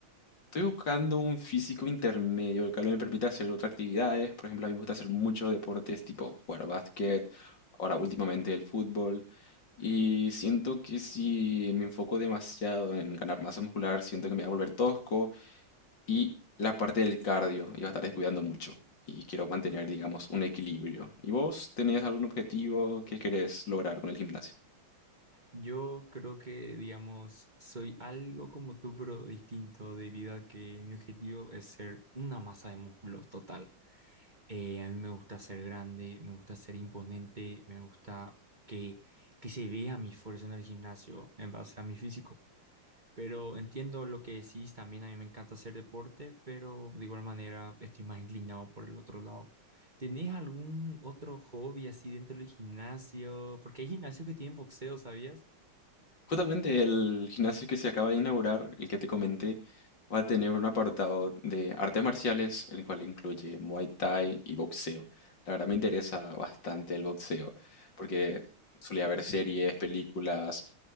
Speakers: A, on the left (about 60°); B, on the right (about 20°).
A: Estoy buscando un físico intermedio, el cual me permita hacer otras actividades. Por ejemplo, a mí me gusta hacer muchos deportes, tipo jugar básquet, ahora últimamente el fútbol. Y siento que si me enfoco demasiado en ganar masa muscular, siento que me va a volver tosco. Y la parte del cardio, iba a estar descuidando mucho. Y quiero mantener, digamos, un equilibrio. ¿Y vos tenés algún objetivo que querés lograr con el gimnasio?
B: Yo creo que, digamos, soy algo como tú, pero distinto, debido a que mi objetivo es ser una masa de músculos total. Eh, a mí me gusta ser grande, me gusta ser imponente, me gusta que, que se vea mi esfuerzo en el gimnasio en base a mi físico. Pero entiendo lo que decís, también a mí me encanta hacer deporte, pero de igual manera estoy más inclinado por el otro lado. ¿Tenés algún otro hobby así dentro del gimnasio? Porque hay gimnasios que tienen boxeo, ¿sabías?
A: Justamente el gimnasio que se acaba de inaugurar, el que te comenté, va a tener un apartado de artes marciales, el cual incluye Muay Thai y boxeo. La verdad me interesa bastante el boxeo, porque solía ver series, películas,